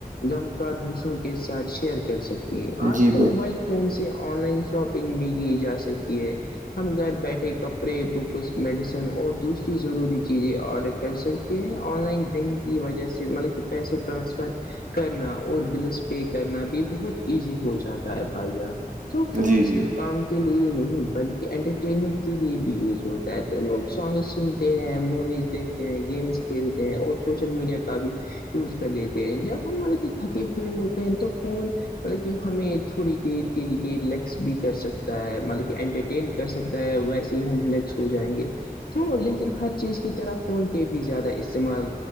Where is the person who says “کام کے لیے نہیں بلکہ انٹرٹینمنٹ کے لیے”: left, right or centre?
Left